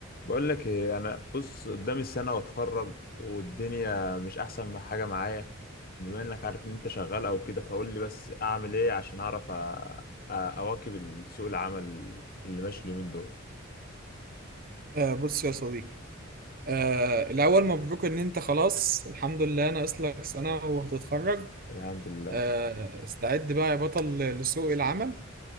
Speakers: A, on the left; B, on the right.
A: بقول لك ايه انا بص قدامي سنه واتخرج والدنيا مش احسن ما حاجه معايا بما انك عارف ان انت شغال او كده فقول لي بس اعمل ايه عشان اعرف أ- أ- اواكب سوق العمل اللي ماشي اليومين دول
B: آه بص يا صديقي آه الأول مبروك إن أنت خلاص الحمد لله ناقص لك سنة وهتتخرج
A: الحمد لله
B: آه استعد بقى يا بطل لسوق العمل